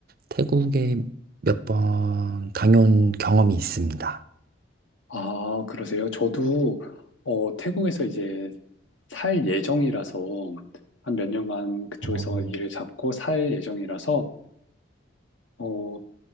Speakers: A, on the right (about 50°); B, on the left (about 75°).
A: 태국에 몇 번 다녀온 경험이 있습니다.
B: 아, 그러세요? 저도 어, 태국에서 이제 살 예정이라서 한 몇 년간 그쪽에서
A: 어,
B: 일을 잡고 살 예정이라서 어,